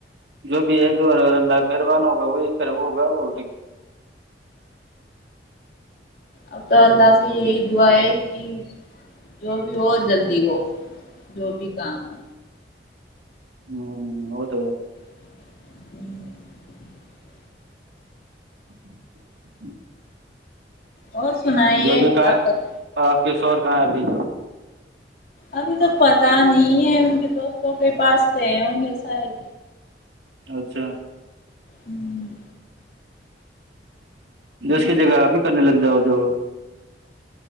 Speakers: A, on the right (about 75°); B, on the left (about 55°).
A: جو بھی ہے جو اللہ مہربان ہوگا وہی کر وہ ہوگا وہ
B: اب تو اللہ سے یہی دعا ہے ج جو بھی ہو جلدی ہو جو بھی کام ہو
A: ہوں اوٹ
B: <inaudible>
A: <inaudible>
B: اور سنائیے
A: جو بھی کہ
B: آپ ت
A: آپ کے شور کہاں ابھی
B: ابھی تو پتا نہیں ہے ان کے دوستوں کے پاس گے ہوں گے شاید
A: اچھا
B: ہوں
A: جو اس کی جگہ آپ ہی کرنے لگ جاؤ جو